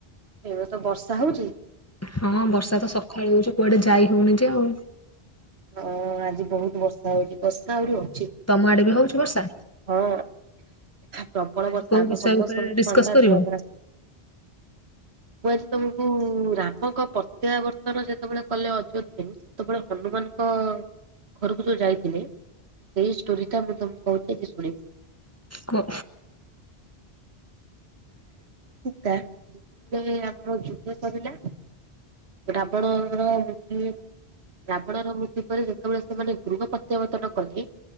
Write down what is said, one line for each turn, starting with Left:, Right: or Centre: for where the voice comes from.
Right: ଏବେ ତ ବର୍ଷା ହଉଛି?
Left: ହଁ ବର୍ଷା ତ ସକାଳୁ ହଉଛି କୁଆଡେ ଯାଇ ହଉନି ଯେ ଆଉ।
Right: ହଁ ଆଜି ବହୁତ ବର୍ଷା ହଉଚି। ବର୍ଷା। <unintelligible>
Left: ତମ ଆଡେ ବି ହଉଚି ବର୍ଷା?
Right: ହଁ ପ୍ରବଳ
Left: ଆଜି
Right: ବର୍ଷା
Left: କୋଉ
Right: ଆମ
Left: ବିଷୟ
Right: ସମସ୍ତଙ୍କୁ
Left: ଉପରେ ଡିସକସ
Right: ଥଣ୍ଡା
Left: କରିବ
Right: ଦିହ ଖରାପ। ମୁଁ ଆଜି ତମକୁ ରା ମଙ୍କ ପ୍ରତ୍ୟାବର୍ତ୍ତନ ଯେତେବେଳେ କଲେ ଅଯୋଧ୍ୟା ସେତେବେଳେ ହନୁମାନ କ ଘରକୁ ଯୋଉ ଯାଇଥିଲେ ସେଇ ଷ୍ଟୋରିଟା ମୁଁ ତମକୁ କହୁଛି ଆଜି ଶୁଣିବ।
Left: କୁହ।
Right: ଟା ଯେତେବେଳେ ଆମର ଯୁଦ୍ଧ ସରିଲା ରାବଣ। <unintelligible> ରାବଣର ମୃତ୍ୟୁ ପରେ ଯେତେବେଳେ ସେମାନେ ଗୃହ ପ୍ରତ୍ୟାବର୍ତ୍ତନ କଲେ